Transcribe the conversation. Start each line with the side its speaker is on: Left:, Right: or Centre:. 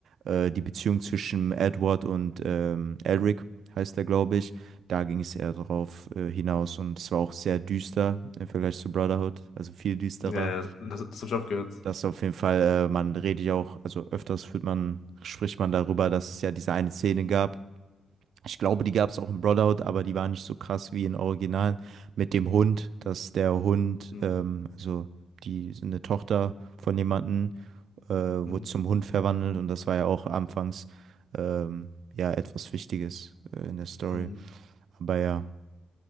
Right: äh, die Beziehung zwischen Edward und ähm, Elric, heißt der, glaube ich. Da ging es eher drauf äh, hinaus und es war auch sehr düster im Vergleich zu Brotherhood, also viel düsterer.
Left: Ja, ja, das, das habe ich auch gehört.
Right: Das auf jeden Fall, äh, man redet ja auch, also öfters führt man, spricht man darüber, dass es ja diese eine Szene gab. Ich glaube, die gab es auch in Brotherhood, aber die war nicht so krass wie in Originalen mit dem Hund, dass der Hund,
Left: Hm,
Right: ähm, also die eine Tochter von jemandem, äh, wurde
Left: hm,
Right: zum Hund verwandelt und das war ja auch anfangs ähm, ja etwas Wichtiges äh, in der Story.
Left: hm.
Right: Aber ja,